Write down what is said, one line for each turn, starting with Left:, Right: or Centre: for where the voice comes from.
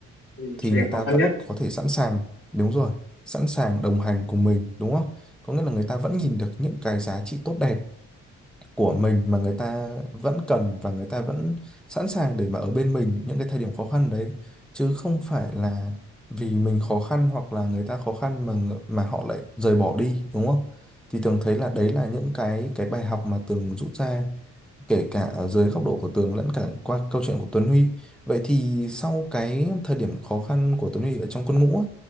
Left: ừ,
Centre: thì
Left: thời
Centre: người
Left: điểm khó
Centre: ta
Left: khăn
Centre: vẫn
Left: nhất
Centre: có thể sẵn sàng đúng rồi sẵn sàng đồng hành cùng mình đúng không có nghĩa là người ta vẫn nhìn được những cái giá trị tốt đẹp của mình mà người ta vẫn cần và người ta vẫn sẵn sàng để mà ở bên mình những cái thời điểm khó khăn đấy chứ không phải là vì mình khó khăn hoặc là người ta khó khăn mà ngự- mà họ lại rời bỏ đi đúng không? Thì Tường thấy là đấy là những cái cái bài học mà Tường rút ra kể cả ở dưới góc độ của Tường lẫn cả qua câu chuyện của Tuấn Huy. Vậy thì sau cái thời điểm khó khăn của Tuấn Huy ở trong quân ngũ á,